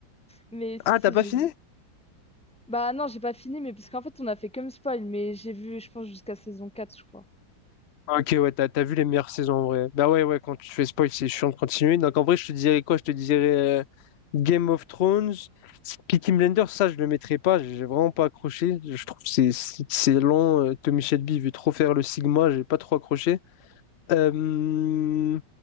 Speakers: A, in the centre; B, on the left.
A: mais si,
B: Ah,
A: si,
B: t'as pas
A: j'ai
B: fini?
A: vu. Bah, non, j'ai pas fini, mais parce qu'en fait, on a fait comme spoil, mais j'ai vu, je pense, jusqu'à saison 4 je crois.
B: Ok, ouais, t'as t'as vu les meilleures saisons en vrai. Bah ouais, ouais, quand tu fais spoil, c'est chiant de continuer. Donc en vrai, je te dirais quoi? Je te dirais euh, Game of Thrones, Peaky Blinders, ça, je le mettrais pas. J'ai vraiment pas accroché. Je trouve que c'est c'est- c'est lent. euh, Tommy Shelby il veut trop faire le Sigma, j'ai pas trop accroché. Euh,